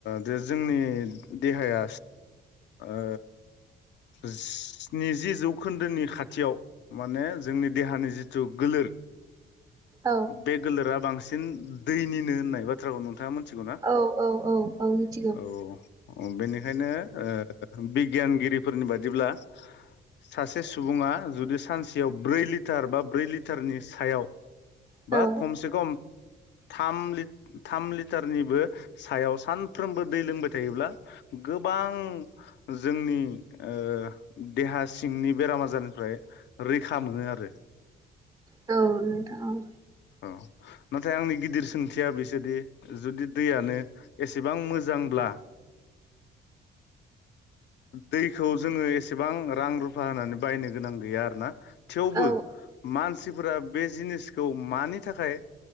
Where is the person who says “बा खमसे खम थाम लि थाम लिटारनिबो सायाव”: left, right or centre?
Left